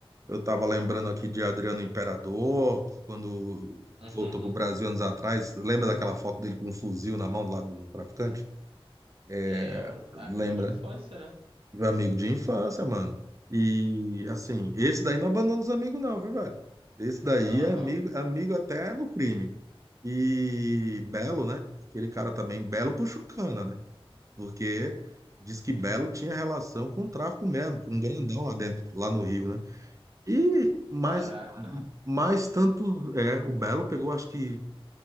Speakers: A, on the right; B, on the right.
A: eu tava lembrando aqui de Adriano Imperador, quando voltou
B: Uhum.
A: pro Brasil anos atrás, lembra daquela foto dele com um fuzil na mão do lado do traficante? É,
B: Lembro. É amigo
A: lembra?
B: de infância, né?
A: Meu amigo de infância, mano. E assim, esse daí não abandona os amigos, não, viu, velho? Esse daí
B: Aham.
A: é amigo, amigo até no crime. E Belo, né? Aquele cara também, Belo puxou cana, né? Porque diz que Belo tinha relação com o tráfico mesmo, com um grandão lá dentro, lá no Rio, né? E mais,
B: Caraca.
A: mais tanto, é, o Belo pegou acho que